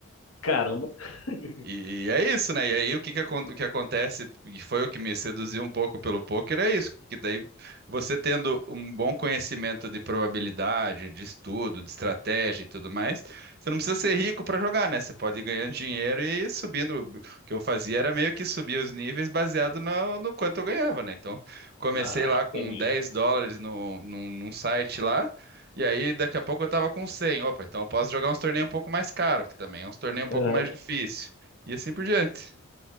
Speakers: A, on the left; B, on the right.
A: Caramba. <laughs>
B: E é isso, né? E aí o que que, acon- o que acontece, e foi o que me seduziu um pouco pelo poker, é isso, que daí você tendo um bom conhecimento de probabilidade, de estudo, de estratégia e tudo mais, você não precisa ser rico para jogar, né? Você pode ir ganhando dinheiro e ir subindo. O que eu fazia era meio que subir os níveis baseado no, no quanto eu ganhava, né? Então, comecei
A: Ah,
B: lá
A: entendi.
B: com 10 dólares no, num, num site lá, e aí daqui a pouco eu tava com 100, Opa, então eu posso jogar uns torneios um pouco mais caros, que também é uns torneios um pouco
A: Aham.
B: mais difíceis. E assim por diante.